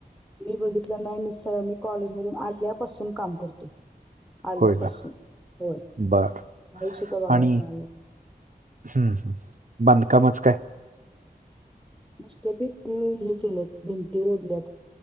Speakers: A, in the centre; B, on the right.
A: मी बघितलं नाही मी कॉलेजमधून आल्यापासून काम करते. आल्यापासून
B: होय का
A: होय, काही
B: बर
A: सुद्धा बघायला
B: आणि
A: मिळालं.
B: हम्म बांधकामच काय?
A: नुसत्या भिंती हे केल्यात भिंती ओढल्यात